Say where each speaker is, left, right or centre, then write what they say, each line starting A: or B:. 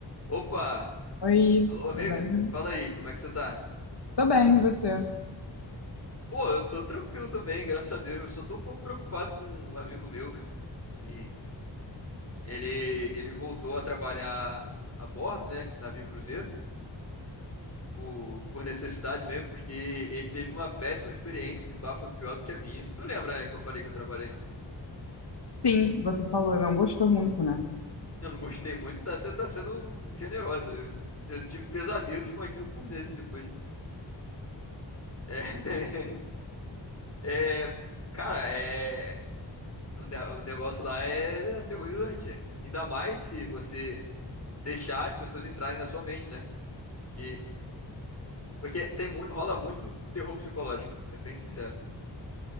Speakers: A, on the left (about 35°); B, on the left (about 65°).
A: Opa!
B: Oi,
A: Alô,
B: tudo
A: amiga?
B: bem?
A: Fala aí, como é que você tá?
B: Tô bem, e você?
A: Pô, eu tô tranquilo também, graças a Deus, mas só tô um pouco preocupado com um amigo meu. E ele, ele voltou a trabalhar a bordo, né? Navio cruzeiro, por, por necessidade mesmo, porque ele teve uma péssima experiência, esse pá, foi pior do que a minha. Tu lembra, né, que eu falei que eu trabalhei?
B: Sim, você falou, não gostou muito, né?
A: Eu não gostei muito, tá, você tá sendo generosa. Eu, eu tive pesadelos com aquilo por meses depois. É, <laughs> é, cara, é. O ne- o negócio lá é aterrorizante. Ainda mais se você deixar as pessoas entrarem na sua mente, né? E, porque tem muito, rola muito terror psicológico, é bem sincero.